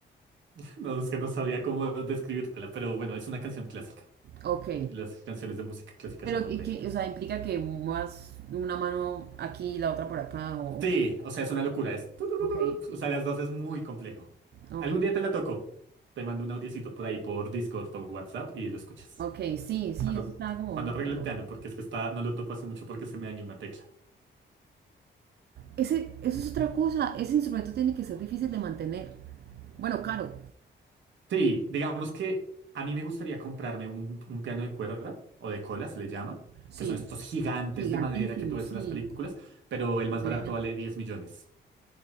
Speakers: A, on the right; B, on the right.
A: <laughs> no, es que no sabría cómo describírtela, pero bueno, es una canción clásica.
B: Ok.
A: Y las canciones de música clásica
B: Pero,
A: son complejitas.
B: ¿y qué? O sea, implica que muevas una mano aquí y la otra por acá. O,
A: Sí, o sea, es una locura. Es... turururu.
B: ok.
A: O sea, las dos es muy complejo.
B: Ok.
A: Algún día te la toco. Te mando un audiocito por ahí por Discord o WhatsApp y lo escuchas.
B: Ok. Sí, sí,
A: Cuando,
B: eso está como
A: cuando arregle
B: raro.
A: el piano, porque es que está, no lo toco hace mucho porque se me dañó una tecla.
B: Ese, eso es otra cosa. Ese instrumento tiene que ser difícil de mantener. Bueno, caro.
A: Sí, digamos que a mí me gustaría comprarme un, un piano de cuerda o de cola, se le llama,
B: Sí.
A: que son estos gigantes
B: Gigantísimo,
A: de madera que tú ves
B: sí.
A: en las películas, pero el más
B: Elefante.
A: barato vale 10 millones.